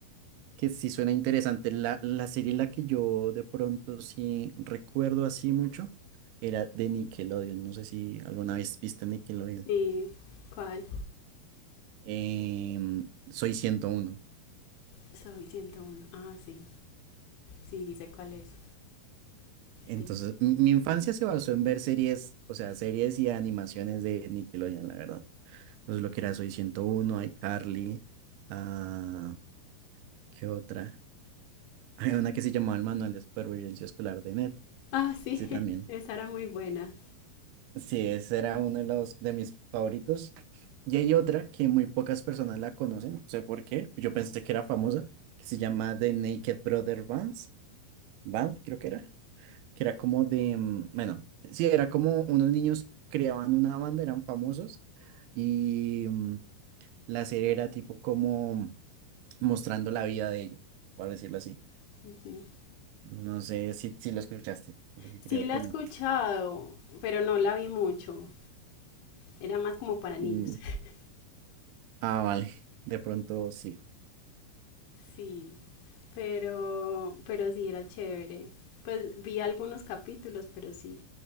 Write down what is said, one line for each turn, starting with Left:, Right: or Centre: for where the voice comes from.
Right: que sí suena interesante. La, la serie en la que yo de pronto sí recuerdo así mucho era de Nickelodeon. No sé si alguna vez viste Nickelodeon.
Left: ¿Y cuál?
Right: Em, Soy 101
Left: Soy ciento uno Ah, sí. Sí, dice cuál es.
Right: Entonces,
Left: De-
Right: m- mi infancia se basó en ver series, o sea, series y animaciones de Nickelodeon, la verdad. Entonces, lo que era Soy 101, iCarly, ah, ¿qué otra? <laughs> Hay una que se llamaba El Manual de Supervivencia Escolar de Ned.
Left: Ah, sí.
Right: Ese
Left: <laughs>
Right: también.
Left: Esa era muy buena.
Right: Sí, ese era uno de los de mis favoritos. Y hay otra que muy pocas personas la conocen, no sé por qué. Yo pensé que era famosa, que se llama The Naked Brother Bands, Band, creo que era, que era como de, mm, bueno, sí, era como unos niños creaban una banda, eran famosos y mm, la serie era tipo como mostrando la vida de ellos, por decirlo así.
Left: Ujú.
Right: No sé si, si lo escuchaste, porque
Left: Sí
Right: creo
Left: la
Right: que
Left: he escuchado,
Right: no.
Left: pero no la vi mucho. Era más como para niños.
Right: Mm,
Left: <laughs>
Right: Ah, vale, de pronto sí.
Left: Sí, pero, pero sí era chévere. Pues vi algunos capítulos, pero sí,